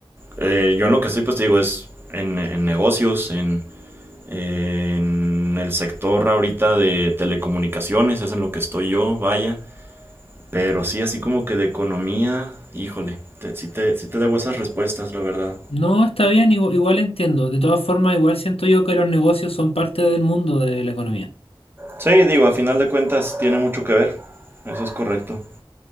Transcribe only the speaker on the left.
No, está bien, igu- igual, entiendo. De todas formas, igual siento yo que los negocios son parte del mundo de la economía.